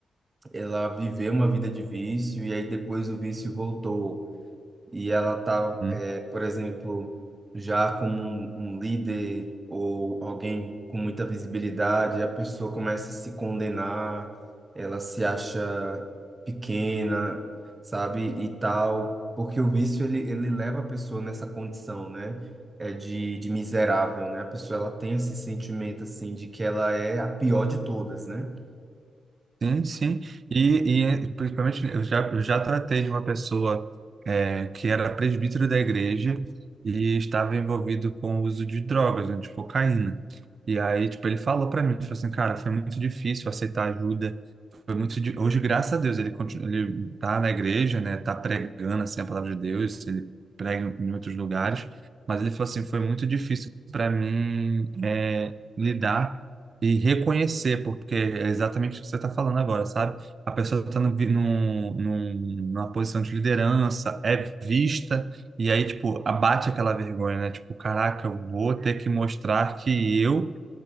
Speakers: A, on the right; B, on the right.
A: ela viveu uma vida de vício e aí depois o vício voltou e ela tá,
B: Hum.
A: é, por exemplo, já como um, um líder ou alguém com muita visibilidade, a pessoa começa a se condenar, ela se acha pequena, sabe, e tal, porque o vício ele, ele leva a pessoa nessa condição, né? É de, de miserável, né? A pessoa ela tem esse sentimento assim de que ela é a pior de todas, né?
B: Sim, sim. E, e eh, principalmente eu já, eu já tratei de uma pessoa eh, que era presbítero da igreja e estava envolvido com o uso de drogas, né, de cocaína. E aí, tipo, ele falou para mim, ele falou assim, cara, foi muito difícil aceitar ajuda foi muito de... hoje graças a Deus ele continua ele tá na igreja né tá pregando assim a palavra de Deus ele prega em outros lugares mas ele falou assim foi muito difícil para mim é, lidar e reconhecer porque é exatamente o que você está falando agora sabe a pessoa está num, vi- num, num, numa posição de liderança é vista e aí tipo abate aquela vergonha né tipo caraca eu vou ter que mostrar que eu